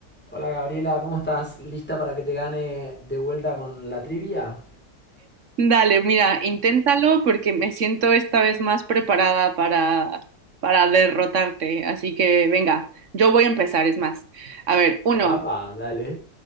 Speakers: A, in the centre; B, on the right.
A: Hola Gabriela, ¿cómo estás? ¿Lista para que te gane de vuelta con la trivia?
B: Dale, mira, inténtalo porque me siento esta vez más preparada para, para derrotarte. Así que venga, yo voy a empezar, es más. A ver, uno,
A: Apa, dale.